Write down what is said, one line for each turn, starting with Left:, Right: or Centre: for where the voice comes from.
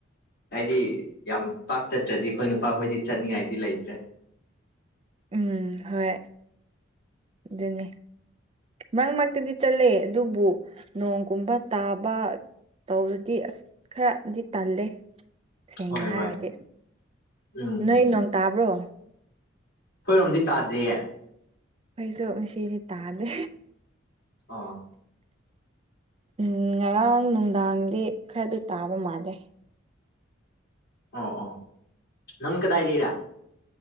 Left: ꯍꯥꯏꯗꯤ ꯌꯥꯝ ꯄꯥꯛ ꯆꯠꯇ꯭ꯔꯗꯤ ꯑꯩꯈꯣꯏ ꯅꯨꯄꯥꯈꯣꯏꯗꯤ ꯆꯠꯅꯤꯡꯉꯥꯏꯗꯤ ꯂꯩꯇ꯭ꯔꯦ
Right: ꯎꯝ ꯍꯣꯏ ꯑꯗꯨꯅꯤ ꯃꯔꯛ ꯃꯔꯛꯇꯗꯤ ꯆꯠꯂꯦ ꯑꯗꯨꯕꯨ ꯅꯣꯡꯒꯨꯝꯕ ꯇꯥꯕ ꯇꯧꯔꯗꯤ ꯑꯁ ꯈꯔꯗꯤ ꯇꯜꯂꯦ ꯁꯦꯡꯅ
Left: ꯍꯣꯏ
Right: ꯍꯥꯏꯔꯗꯤ
Left: ꯍꯣꯏ ꯎꯝ
Right: ꯅꯣꯏ ꯅꯣꯡ ꯇꯥꯕ꯭ꯔꯣ
Left: ꯑꯩꯈꯣꯏꯔꯣꯝꯗꯤ ꯇꯥꯗꯦꯌꯦ
Right: ꯈꯣꯏꯁꯨ ꯉꯁꯤꯗꯤ ꯇꯥꯗꯦ
Left: ꯑꯥ
Right: ꯎꯝ ꯉꯔꯥꯡ ꯅꯨꯡꯗꯥꯡꯗꯤ ꯈꯔꯗꯤ ꯇꯥꯕ ꯃꯥꯥꯟꯂꯦ
Left: ꯑꯣ ꯑꯣ ꯅꯪ ꯀꯗꯥꯏꯗꯩꯔꯥ